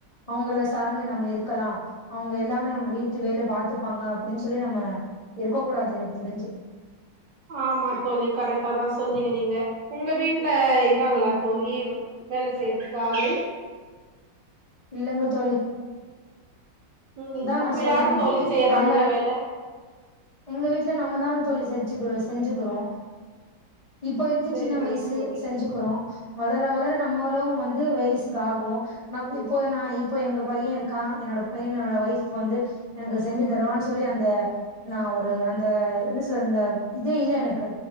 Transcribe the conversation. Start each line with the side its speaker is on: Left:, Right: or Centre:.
Left: அவங்கள சார்ந்து நம்ம இருக்கலாம் அவங்க எல்லாமே நம்ம வீட்டு வேலை பாத்துப்பாங்க அப்டின்னு சொல்லி நம்ம இருக்கக்கூடாது எனக்கு தெரிஞ்சு
Right: ஆமா தோழி கரெக்டா தா சொன்னீங்க நீங்க உங்க வீட் வீட்ல இருக்காங்களா
Left: ம்
Right: தோழி வேலை செய்யறதுக்கு ஆளு
Left: இல்லங்க தோழி
Right: ம்
Left: அதா
Right: அப்ப
Left: நா சொல்றேனே
Right: யாரு தோழி செய்யறாங்க
Left: நம்ம
Right: வேல
Left: எங்க வீட்ல நம்மதான் தோழி செஞ்சுக்கிற செஞ்சுக்கிறோ இப்போ இருக்கு
Right: சேரிங்க
Left: சின்ன வயசு
Right: தோழி
Left: செஞ்சுக்குறோ வளர வளர நம்மளும் வந்து வயசுக்கு ஆகு நா போயி இப்போ நா இப்போ எனக்கு பையே இருக்கா கா என்னோட பையனோட வைய்ஃப் ஃப் வந்து எனக்கு செஞ்சு தருவான் சொல்லி அந்த நா ஒரு அந்த என்ன சொல்னுந்த இதே இல்ல எனக்கு